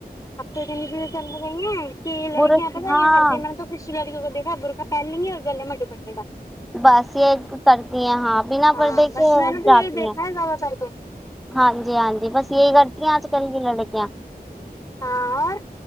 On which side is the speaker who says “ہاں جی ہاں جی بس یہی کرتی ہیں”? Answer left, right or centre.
Centre